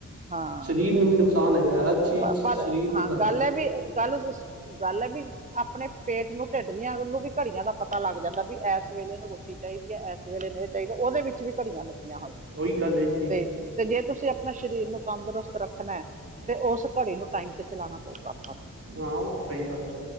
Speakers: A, on the right (about 25°); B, on the right (about 50°).
A: ਹਾਂ,
B: ਸਰੀਰ ਨੂੰ ਵੀ ਨੁਕਸਾਨ ਹੈਗਾ ਹਰ ਚੀਜ਼
A: ਪ
B: ਸਰੀਰ
A: ਪਰ
B: ਦੇ
A: ਹਾਂ
B: ਹਿਸਾਬ
A: ਗੱਲ
B: ਨਾਲ
A: ਐ ਵੀ ਗੱਲ ਜਸ ਗੱਲ ਐ ਵੀ ਆਪਣੇ ਪੇਂਟ ਨੂੰ, ਢਿੱਡ ਦੀਆਂ ਨੂੰ ਵੀ ਘੜੀਆਂ ਦਾ ਪਤਾ ਲੱਗ ਜਾਂਦਾ ਵੀ ਐਸ ਵੇਲੇ ਨੂੰ ਰੋਟੀ ਚਾਈਦੀ ਐ, ਐਸ ਵੇਲੇ ਨੂੰ ਓ ਚਾਈਦਾ ਉਦੇ ਵਿੱਚ ਵੀ ਘੜੀਆਂ ਲੱਗੀਆਂ ਹੋਈਆਂ।
B: ਉਹੀ ਗੱਲ ਏ ਵੀ
A: 'ਤੇ ਜੇ ਤੁਸੀਂ ਆਪਣਾ ਸਰੀਰ ਨੂੰ ਤੰਦਰੁਸਤ ਰੱਖਣੈ 'ਤੇ ਉਸ ਘੜੀ ਨੂੰ ਟਾਈਮ 'ਤੇ ਚਲਾਣਾ ਪਊਗਾ। ਠੀਕ
B: ਹਾਂ ਉਹ ਤਾਂ ਸਹੀ ਗੱਲ
A: ਐ